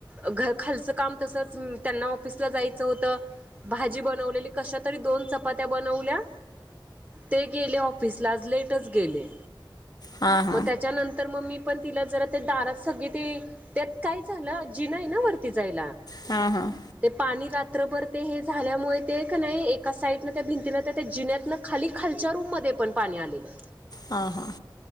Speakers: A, on the right; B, on the left.
A: घर खालचं काम तसंच, त्यांना ऑफिसला जायचं होतं. भाजी बनवलेली, कशा तरी दोन चपात्या बनवल्या. ते गेले ऑफिसला आज लेटच गेले.
B: आ हं
A: मं त्याच्यानंतर मं मी पण तिला जरा ते दारात, सगळी ती त्यात काय झालं, जीना येना वरती जायला.
B: हां हहं
A: ते पाणी रात्रभर ते हे झाल्यामुळे ते का नाही, एका साईडनं त्या भिंतीला त्या त्या जिन्यातनं खाली, खालच्या रूम मध्ये पण पाणी आलेलं.
B: हं हं